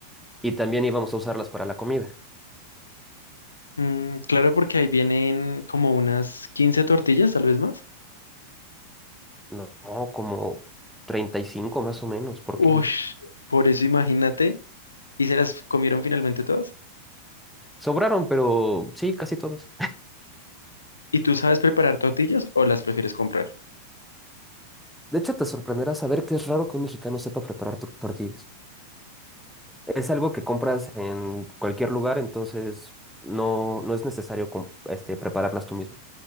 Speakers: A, in the centre; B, on the left (about 75°).
A: y también íbamos a usarlas para la comida.
B: mm, claro, porque ahí vienen como unas 15 tortillas, tal vez más.
A: No, como 35 más o menos por
B: Uy,
A: kilo.
B: por eso imagínate, ¿y se las comieron finalmente todas?
A: Sobraron, pero sí, casi todos.
B: ¿Y tú sabes preparar tortillas o las prefieres comprar?
A: <laughs> De hecho, te sorprenderá saber que es raro que un mexicano sepa preparar to- tortillas. Es algo que compras en cualquier lugar, entonces no, no es necesario com- este, prepararlas tú mismo.